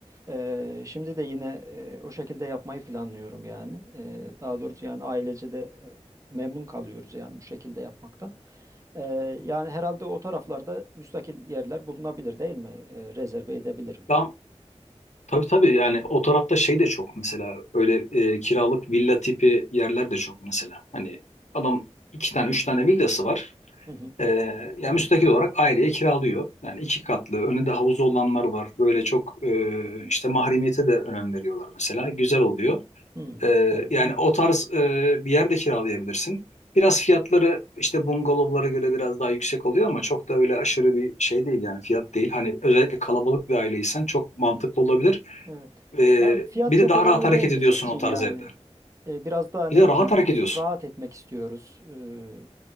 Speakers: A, on the right (about 25°); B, on the left (about 85°).
A: E, şimdi de yine e, o şekilde yapmayı planlıyorum yani. E, daha doğrusu yani ailece de e, memnun kalıyoruz yani bu şekilde yapmaktan. Ee, yani herhalde o taraflarda müstakil yerler bulunabilir değil mi? Ee, rezerve edebilirim.
B: Daha Tabii tabii yani o tarafta şey de çok mesela öyle e, kiralık villa tipi yerler de çok mesela. Hani adam iki tane üç tane villası var.
A: Hı hı.
B: E, yani müstakil olarak aileye kiralıyor. Yani iki katlı önünde havuzu olanlar var. Böyle çok e, işte mahremiyete de önem veriyorlar mesela. Güzel oluyor.
A: Hmm,
B: E,
A: evet,
B: yani o tarz e, bir yer de kiralayabilirsin. Biraz fiyatları işte bungalovlara göre biraz daha yüksek oluyor ama çok da öyle aşırı bir şey değil yani fiyat değil. Hani özellikle kalabalık bir aileysen çok mantıklı olabilir.
A: evet.
B: Ee,
A: Yani fiyat
B: bir
A: çok
B: de daha
A: önemli
B: rahat hareket
A: değil
B: ediyorsun
A: bizim için
B: o
A: yani.
B: tarz evde.
A: Ee, biraz daha ne
B: Bir de rahat
A: bileyim
B: hareket ediyorsun.
A: rahat etmek istiyoruz. Ee,